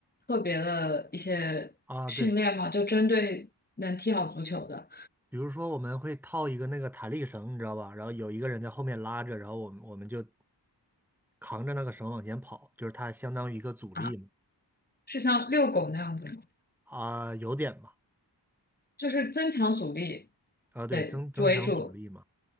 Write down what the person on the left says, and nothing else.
特别的一些训练吗？
就针对能踢好足球的
啊，是像遛狗那样子吗？
就是增强阻力，
对，
为主。